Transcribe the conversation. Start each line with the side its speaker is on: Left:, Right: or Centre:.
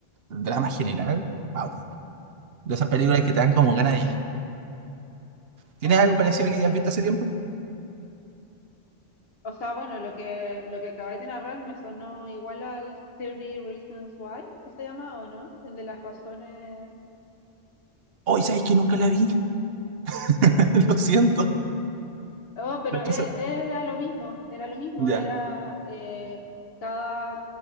Right: drama general, wow. De esas películas que te dan como ganas de llorar. ¿Tienes
Left: o
Right: algo parecido que
Left: suena-
Right: hayas visto hace tiempo?
Left: O sea, bueno, lo que, lo que acabáis de narrar me sonó igual al thirty Reasons Why, ¿se llama o no? El de las razones.
Right: Hoy, ¿sabes que nunca la vi? <laughs> Lo siento.
Left: Oh, pero
Right: Lo que
Left: e-
Right: hace-
Left: era lo mismo, era lo mismo,
Right: Ya.
Left: era eh, cada,